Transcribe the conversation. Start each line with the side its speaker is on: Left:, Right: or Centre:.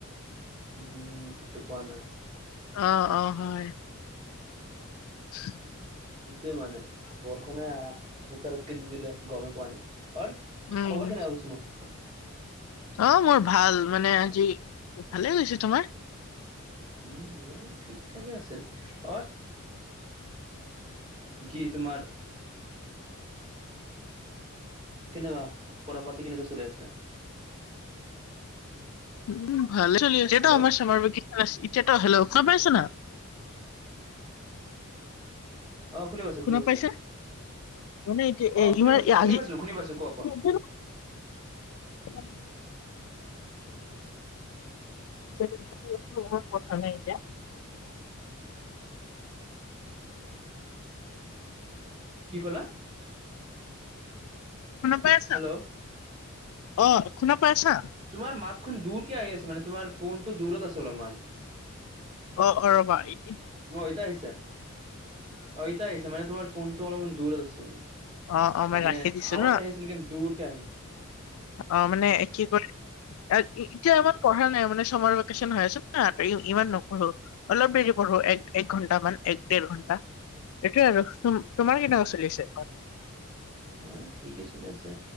Right: উম টুক টুক পোৱা নাই।
Left: অ অ হয়। হয় <inaudible>
Right: সেইটোৱে মানে। বৰষুণে <unintelligible> সুতাৰতকে দি দিলে, গমেই পোৱা নাই। অৰ
Left: উম
Right: খবৰ কেনেকা কৈছো মই?
Left: অ' মোৰ ভাল, মানে আজি ভালে গৈছে। তোমাৰ?
Right: উম মোৰো ঠিক ঠাকে আছিল। অৰ কি তোমাৰ কেনেকা, পঢ়া পাতি কেনেকা চলি আছে?
Left: উম ভালে চলি আছে
Right: হেল্ল'
Left: আমাৰ চামাৰ ভেকেছন ইছে এতিয়াতো হেল্ল' খোৱা পাইছ ন। <unintelligible>
Right: অ' শুনি পাইছো।
Left: শুনা
Right: শুনি পাইছো
Left: পাইছা? মানে এতিয়া
Right: অ
Left: এ
Right: শুনি
Left: ইমান এ
Right: শুনি
Left: আজি
Right: পাইছো
Left: ান
Right: শুনি পাইছো কোৱা কোৱা
Left: চ দি <unintelligible> বলেগ কথা নাই এতিয়া। <unintelligible>
Right: কি ক'লা?
Left: শুনা পাই আছা?
Right: হেল্ল'
Left: অ শুনা পাই আছা?
Right: তোমাৰ মাতখন দূৰ কে আহি আছে, মানে তোমাৰ ফোনটো দূৰত আছে অলপমান।
Left: অ অ ৰ'বা ই
Right: অ এতিয়া আহিছে। অ ইতা আহিছে মানে তোমাৰ ফোনটো অলপমান দূৰ আছিল।
Left: অ অ মই
Right: মানে
Left: ৰাখি দিছো
Right: আৱাজ
Left: ন
Right: আহিছে লেকিন দূৰকে আহে।
Left: অ' মানে কি কয় এ-এতিয়া ইমান পঢ়া নাই, মানে চাৰ ভেকেশচন হৈ আছে না, ইমান নপঢ়ো। অলপ দেৰি পঢ়ো, এক-এক ঘণ্টামান এক দেৰ ঘণ্টা, এইটোয়ে আৰু চুম তোমাৰ কেনেকুৱা
Right: অ
Left: চলি আছে?
Right: অ ঠিকেই চলি আছে।